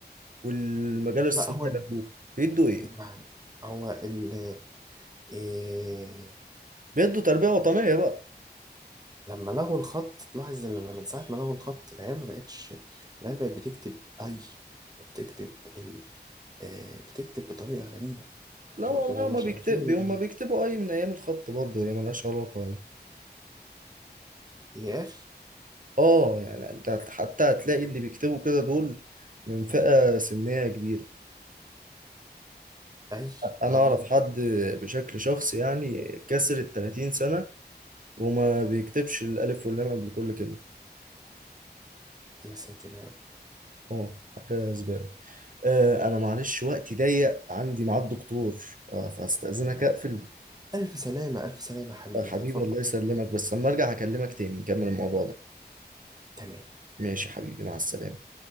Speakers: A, on the right; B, on the right.
A: والمجال الصناعي
B: لا هو
A: لغوه بيدوا ايه
B: ما هو ال إيه
A: بيدوا تربية وطنية بقى
B: لما لغوا الخط لاحظ ان لما من ساعة ما لغوا الخط العيال ما بقتش العيال بقت بتكتب أي وبتكتب ال آه بتكتب بطريقة غريبة
A: لا
B: ما-
A: والله
B: ومش
A: هما بيكتب
B: عارفين ال-
A: هما بيكتبوا أي من أيام الخط برضه هي ملهاش علاقة يعني
B: يا أخي
A: اه يعني أنت هت- حتى هتلاقي اللي بيكتبوا كده دول من فئة سنية كبيرة
B: أي
A: أنا
B: أه
A: أعرف حد بشكل شخصي يعني كسر التلاتين سنة وما بيكتبش الألف واللام قبل كل كلمة
B: يا ساتر يا رب
A: اه حاجة زبالة آه أنا معلش وقتي ضيق عندي ميعاد دكتور آه فهستأذنك أقفل
B: ألف سلامة ألف سلامة يا حبيبي
A: آه حبيبي
B: تفضل
A: الله يسلمك بس لما أرجع هكلمك تاني نكمل الموضوع ده
B: تمام
A: ماشي يا حبيبي مع السلامة